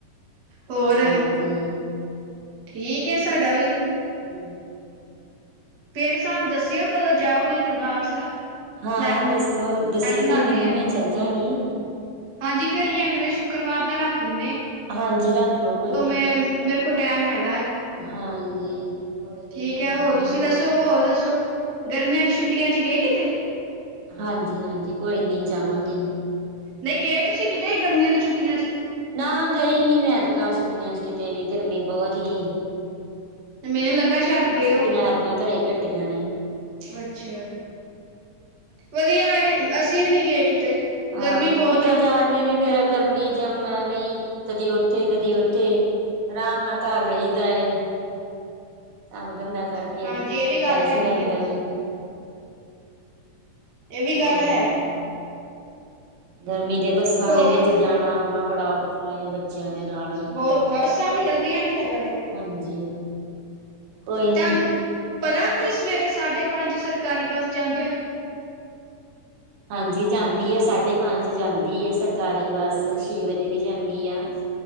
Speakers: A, on the right; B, on the right.
A: ਹੋਰ?
B: ਸੁਣਾਓ ਤੁਸੀਂ
A: ਠੀਕ ਐ ਸਾਡਾ ਵੀ
B: ਹੂੰ
A: ਫੇਰ ਸਾਨੂੰ ਦੱਸੇਓ ਕਦੋਂ ਜਾਓਗੇ ਦਰਬਾਰ ਸਾਹਿਬ?
B: ਹਾਂ
A: ਪਲੈਨ
B: ਦੱਸੋ ਦੱਸਿਓ
A: ਬਣਾਣੇ
B: ਤੁਸੀ ਮੈਨੂੰ
A: ਆ
B: ਮੈਂ ਚੱਲ ਜਾਗੀ
A: ਹਾਂਜੀ ਫੇਰ ਅਸੀਂ ਅਗਲੇ ਸ਼ੁੱਕਰਵਾਰ ਦਾ ਰੱਖ ਲੇਂਨੇ ਆ।
B: ਹਾਂਜੀ ਰੱਖ ਲਓ ਕੋਈ
A: ਓ
B: ਗੱਲ
A: ਮੈਂ,
B: ਨਹੀਂ
A: ਮੇਰੇ ਕੋਲ ਟੈਮ ਹੈਗਾ ਆ।
B: ਹਾਂਜੀ। ਕੋਈ ਨੀ
A: ਠੀਕ ਐ
B: ਚੱਲਾਂਗੇ
A: ਹੋਰ ਤੁਸੀਂ ਦੱਸੋ ਹੋਰ ਦੱਸੋ, ਗਰਮੀਆਂ ਚ ਛੁੱਟੀਆਂ ਚ ਗਏ ਕਿਤੇ
B: ਹਾਂਜੀ, ਹਾਂਜੀ ਕੋਈ ਨੀ ਜਾਵਾਂਗੀ।
A: ਨਈ ਗਏ ਤੁਸੀਂ ਕਿਤੇ ਗਰਮੀਆਂ ਦੀ ਛੁੱਟੀਆਂ ਚ
B: ਨਾ ਗਈ ਨੀ ਮੈਂ ਐਤਕਾਂ ਛੁੱਟੀਆਂ ਚ ਕਿਤੇ ਵੀ ਗਰਮੀ ਬੋਤ ਸੀ।
A: ਮੈਨੂੰ ਲੱਗਾ ਸ਼ਾਇਦ
B: ਹਾਂ
A: ਗਏ
B: ਛੁੱਟੀਆਂ
A: ਹੋਗੇ
B: ਐਰਕਾਂ ਘਰੇ ਈ ਕੱਟੀਆਂ ਨੇ।
A: ਅੱਛਾ ਵਧੀਆ ਏ ਅਸੀਂ ਵੀ ਨਈ ਗਏ ਕਿਤੇ
B: ਅ
A: ਗਰਮੀ ਬਹੁਤ
B: ਕਿਤੇ
A: ਆ
B: ਜਾ ਵੀ ਫਿਰ ਗਰਮੀ ਜਮ ਐਵੀਂ ਕਦੀ ਉੱਥੇ ਕਦੀ ਉੱਥੇ ਰਾਮ ਨਾਲ ਘਰ ਰਈਦਾ ਏ। ਕੰਮ ਧੰਦਾ ਕਰਕੇ
A: ਹਾਂਜੀ ਇਹ ਵੀ ਗੱਲ
B: ਬੈ
A: ਹੈਗੀ
B: ਜੀ ਦਾ ਅੰਦਰ
A: ਆ ਏ ਵੀ
B: ਹਾਂ
A: ਗੱਲ ਹੈ।
B: ਗਰਮੀ ਦੇ ਬੱਸਾਂ
A: ਹੋਰ
B: ਦੇ ਵਿੱਚ ਜਾਣਾ ਆਉਣਾ ਬੜਾ ਔਖਾ ਏ ਬੱਚਿਆਂ ਦੇ ਨਾਲ
A: ਬਹੁਤ ਔਖਾ ਬੱਸਾਂ ਵੀ ਮਿਲਦੀਆਂ ਨੀ ਕਿਦਰੇ
B: ਹਾਂਜੀ ਕੋਈ ਨੀ
A: ਤਾਨੂੰ ਪਤਾ ਕੋਈ ਸਵੇਰੇ ਸਾਢੇ ਪੰਜ ਸਰਕਾਰੀ ਬੱਸ ਜਾਂਦੀ ਹੋਏ।
B: ਹਾਂਜੀ ਜਾਂਦੀ ਏ ਸਾਢੇ ਪੰਜ ਜਾਂਦੀ ਐ ਸਰਕਾਰੀ ਬੱਸ ਛੇ ਵਜੇ ਵੀ ਜਾਂਦੀ ਆ।